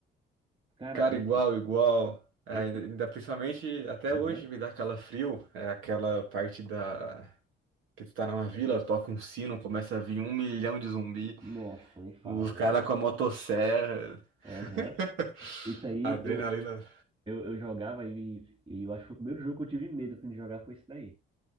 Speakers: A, on the right; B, on the right.
A: Cara,
B: Cara,
A: esse...
B: igual, igual. É,
A: Esse...
B: Ainda principalmente até
A: Aham.
B: hoje me dá calafrio. É aquela parte da. Que tu tá numa vila, toca um sino, começa a vir um milhão de zumbi,
A: Nossa, nem fala,
B: os
A: meu
B: caras
A: amigo.
B: com a motosserra. <laughs>
A: Aham. Esse aí
B: Adrenalina.
A: eu, eu, eu jogava e, e eu acho que o primeiro jogo que eu tive medo assim, de jogar foi esse daí.